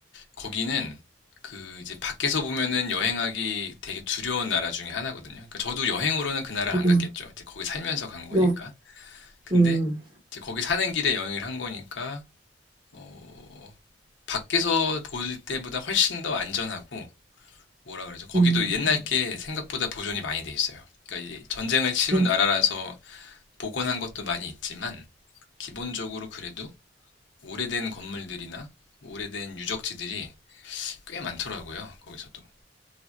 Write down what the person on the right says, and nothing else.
음,
네.
음,
음,
음.